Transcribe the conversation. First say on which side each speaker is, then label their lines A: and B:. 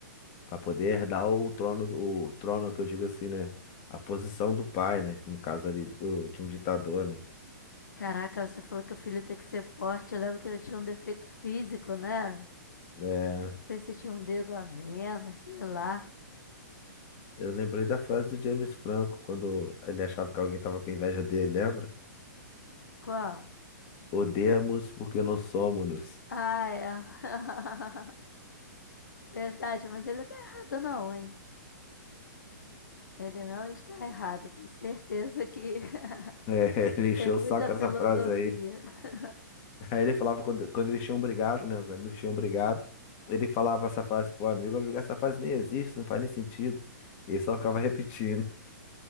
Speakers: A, on the left (about 40°); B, on the left (about 75°).
A: para poder herdar o trono, do- o trono que eu digo assim, né? A posição do pai, né? No caso ali do, de um ditador, né?
B: Caraca, você falou que o filho tem que ser forte. Eu lembro que ele tinha um defeito físico, né? Não
A: É,
B: sei se tinha um dedo a menos, sei lá.
A: eu lembrei da frase do James Franco quando ele achava que alguém tava com inveja dele, lembra?
B: Qual?
A: Odeamos porque não somos.
B: Ah, é. <laughs> Verdade, mas ele não tá errado não, hein? Ele não está errado, tenho certeza que. <laughs>
A: É, <laughs> ele encheu
B: Tem muita
A: o saco
B: filosofia.
A: essa frase aí.
B: <laughs>
A: <laughs> Aí ele falava quando, quando eles tinham brigado, né? Os amigos tinham brigado. Ele falava essa frase pro amigo, amigo, essa frase nem existe, não faz nem sentido. E ele só ficava repetindo. <laughs>